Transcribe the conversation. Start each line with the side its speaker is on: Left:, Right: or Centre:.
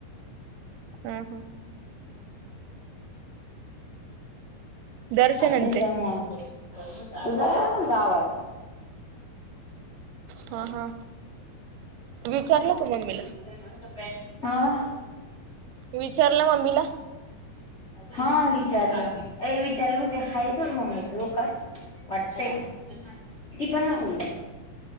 Right: हम्म हम्म. दर्शन आणि
Left: तिच्यामुळ
Right: ते
Left: तुझा <unintelligible> आवाज.
Right: हा हा विचारलं तुम्ही मम्मी ला?
Left: अं?
Right: विचारलं मम्मीला
Left: हा विचारलं ऐ विचारलं म्हणजे हाय थोड मम्मीचं हो का? वाटतय. ती पण हा बोलली.